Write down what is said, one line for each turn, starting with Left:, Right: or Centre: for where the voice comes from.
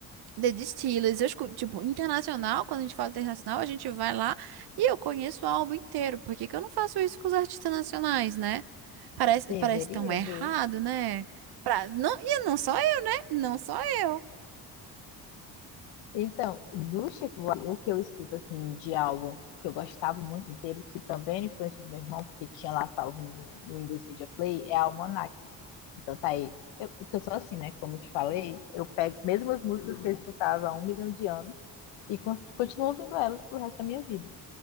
Right: The Distillers, eu escuto, tipo, internacional, quando a gente fala internacional, a gente vai lá e eu conheço o álbum inteiro. Por que que eu não faço isso com os artistas nacionais, né? Parece,
Left: Deveria,
Right: parece tão errado,
Left: viu?
Right: né? Pra, não, e não só eu, né? Não só eu.
Left: Então, do Chico Buarque, o que eu escuto assim de álbum que eu gostava muito inteiro, que também era influência do meu irmão, porque tinha lá salvo no, no Windows Media Play, é Almanac. Então tá aí. Eu, porque eu sou assim, né? Como eu te falei, eu pego as mesmas músicas que eu escutava há um milhão de anos e cons- continuo ouvindo elas pro resto da minha vida.